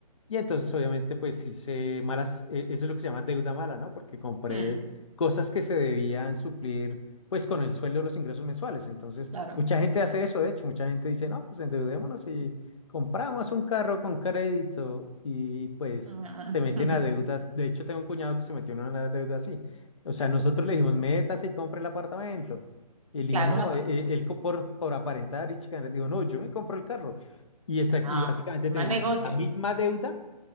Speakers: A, on the left; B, on the right.
A: Y entonces, obviamente, pues hice malas, eh, eso es lo que se llama deuda mala, ¿no? Porque compré
B: mm,
A: cosas que se debían suplir, pues, con el sueldo de los ingresos mensuales. Entonces,
B: claro.
A: mucha gente hace eso, de hecho, mucha gente dice, no, pues endeudémonos y compramos un carro con crédito y pues
B: Ah,
A: se
B: <laughs>
A: meten a deudas. De hecho, tengo un cuñado que se metió en una deuda así. O sea, nosotros le dijimos, métase y compre el apartamento. Y él dijo,
B: Claro,
A: no,
B: una... pa-
A: e- e- él, co- por, por aparentar y chicanar, dijo, no, yo me compro el carro. Y, esa-
B: Ah,
A: y básicamente
B: mal
A: tenemos
B: negocio.
A: la misma deuda.